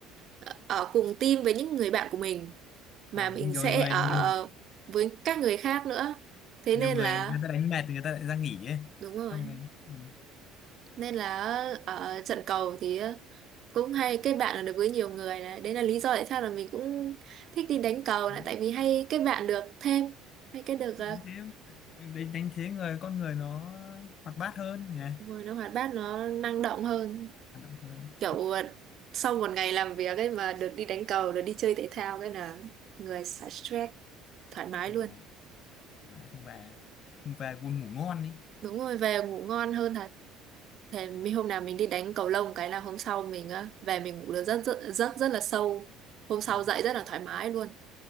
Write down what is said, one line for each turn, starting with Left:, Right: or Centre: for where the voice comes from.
Right: ờ, ở cùng team với những người bạn của mình mà
Left: ừ.
Right: mình
Left: nhiều
Right: sẽ
Left: người
Right: ở
Left: nhiều
Right: với các người khác nữa thế
Left: nhiều
Right: nên
Left: người
Right: là
Left: người ta đánh mệt thì người ta lại ra nghỉ ấy
Right: đúng rồi
Left: xong rồi ừ.
Right: nên là ở trận cầu thì cũng hay kết bạn được với nhiều người này đấy là lý do tại sao là mình cũng thích đi đánh cầu
Left: đúng,
Right: này tại vì hay kết bạn được thêm hay kết được
Left: đánh
Right: ờ,
Left: thế đánh, đánh thế người con người nó hoạt bát hơn nhỉ
Right: người nó hoạt bát nó năng động hơn
Left: hoạt động hơn
Right: kiểu ờ, sau một ngày làm việc ấy mà được đi đánh cầu được đi chơi thể thao cái là người xả stress thoải
Left: <laughs>
Right: mái
Left: đúng
Right: luôn
Left: rồi mà xong về không về buồn ngủ ngon đi
Right: đúng rồi về ngủ ngon hơn thật Thế mình hôm nào mình đi đánh cầu lông cái là hôm sau mình á về mình ngủ được rất rất rất rất là sâu. Hôm sau
Left: ừ.
Right: dậy rất là thoải mái luôn.